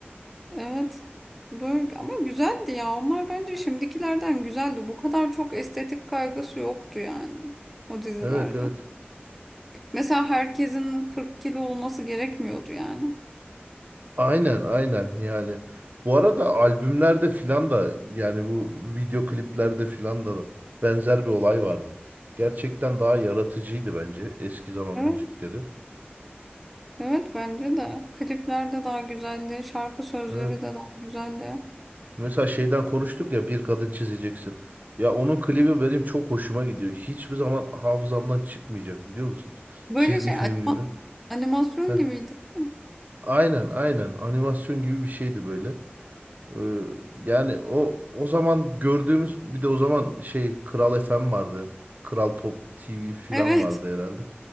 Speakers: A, in the centre; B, on the right.
A: Evet. Böyle, ama güzeldi ya. Onlar bence şimdikilerden güzeldi. Bu kadar çok estetik kaygısı yoktu yani o dizilerde.
B: Evet evet.
A: Mesela herkesin 40 kilo olması gerekmiyordu yani.
B: Aynen aynen yani. Bu arada albümlerde filan da yani bu video kliplerde filan da benzer bir olay vardı. Gerçekten daha yaratıcıydı bence eski zaman
A: Evet.
B: müzikleri.
A: Evet bence de. Klipler de daha güzeldi. Şarkı sözleri
B: Evet.
A: de daha güzeldi.
B: Mesela şeyden konuştuk ya bir kadın çizeceksin. Ya onun klibi benim çok hoşuma gidiyor. Hiçbir zaman hafızamdan çıkmayacak biliyor musun?
A: Böyle
B: Çizgi
A: şey
B: film
A: a-
B: gibi.
A: animasyon
B: Heh.
A: gibiydi değil mi?
B: Aynen aynen animasyon gibi bir şeydi böyle. Ee, yani o o zaman gördüğümüz bir de o zaman şey Kral FM vardı. Kral Pop TV falan
A: Evet.
B: vardı herhalde.